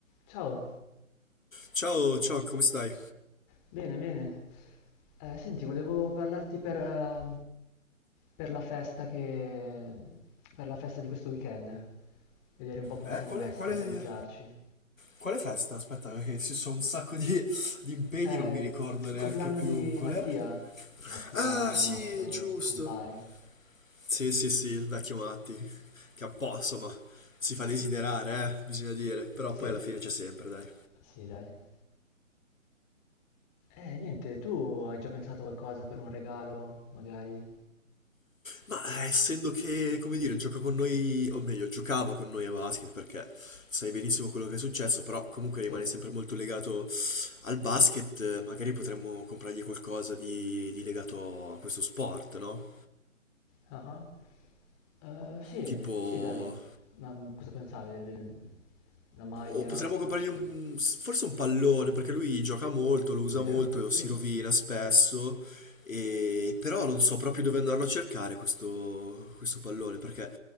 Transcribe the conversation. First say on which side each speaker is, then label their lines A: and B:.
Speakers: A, on the left; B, on the left.
A: Ciao,
B: Ciao, ciao, come stai?
A: bene, bene. Eh, senti, volevo parlarti per, eh, per la festa che, per la festa di questo weekend, vedere un po' come
B: Eh,
A: siamo
B: quale,
A: messi,
B: quale-
A: organizzarci.
B: quale festa? Aspetta, perché ci sono un sacco di, di impegni,
A: Eh,
B: non mi ricordo
A: il
B: neanche
A: compleanno
B: più
A: di
B: qual
A: Mattia,
B: era.
A: Mattia,
B: Ah, sì,
A: il nostro
B: giusto.
A: compare.
B: Sì, sì, sì, il vecchio Matti, che un po', insomma, si fa desiderare, eh, bisogna dire, però
A: Sì,
B: poi alla fine c'è sempre, dai.
A: sì, dai. Eh, niente, tu hai già pensato qualcosa per un regalo, magari?
B: Ma eh, essendo che, come dire, gioca con noi, o meglio, giocava con noi a basket, perché sai benissimo quello che è successo, però comunque
A: Sì.
B: rimane sempre molto legato Al basket eh, magari potremmo comprargli qualcosa di, di legato a questo sport, no?
A: Ah ah. Eh, sì,
B: Tipo...
A: sì, dai. Ma mm, cosa pensavi? Delle... Una maglia?
B: O potremmo comprargli
A: Sc-
B: un, forse un pallone, perché lui gioca molto, lo usa
A: Vero?
B: molto,
A: Sì.
B: si rovina spesso, e, però non so proprio dove andarlo a cercare questo, questo pallone, perché